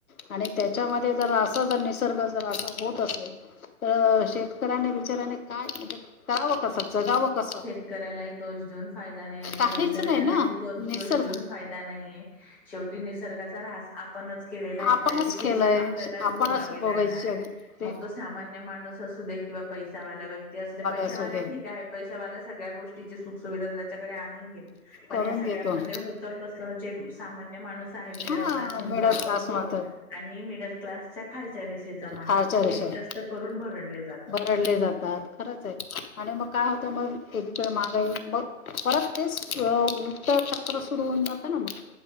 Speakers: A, on the left; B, in the centre.
A: आणि त्याच्यामध्ये जर असं जर निसर्ग जर असा होत असेल तर शेतकऱ्यांना बिचाराने काय म्हणजे करावं कसं जगावं कसं.
B: शेतकऱ्याला दोष देऊन फायदा नाही आणि
A: काहीच
B: त्यां निसर्गालाही
A: नाही ना निसर्ग
B: दोष देऊन फायदा नाही. शेवटी निसर्गाचा ऱ्हास आपणच केलेला आहे
A: आपणच
B: त्याची शिक्षा
A: केलंय
B: आपल्यालाच
A: आपणच
B: भोगावी
A: बघायची
B: लागणार आहे
A: ते
B: मग तो सामान्य माणूस असू दे किंवा पै चहावाला व्यक्ती असुदे पैसावाला
A: असू दे
B: ठीक पैशवाल्या सगळ्या गोष्टीची सुख सुुविधा त्याच्याकडे आणून घेल पण
A: करून
B: या सगळ्यामध्ये
A: घेतो
B: तर कस जे सामान्य माणूस आहे मिडल
A: हा
B: क्लास म्हणतो
A: मिडल
B: आपण
A: क्लास
B: तो..
A: मात्र
B: आणि मिडल क्लासच्या खालच्या रे माणूस
A: खालच्या
B: हे
A: रेषेवर
B: जास्त करून भरडले जातात.
A: भरडले जातात खरंच आहे आणि मग काय होतं मग एकवेळ मागाई मग परत तेच उलट चक्र सुरू होऊन जातं ना मग..